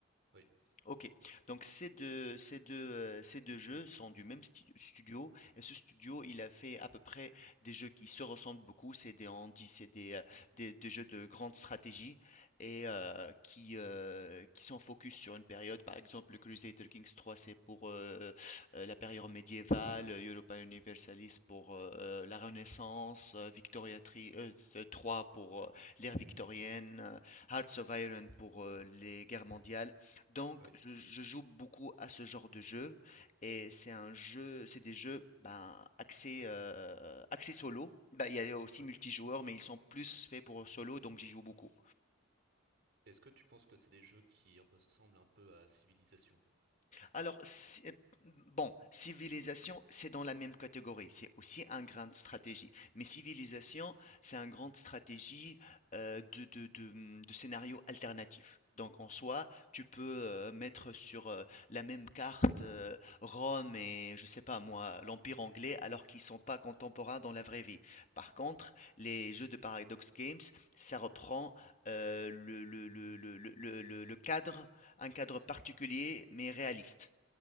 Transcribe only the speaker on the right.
oui,
oui,
oui.
Est-ce que tu penses que c'est des jeux qui ressemblent un peu à Civilization?
C'est
plus,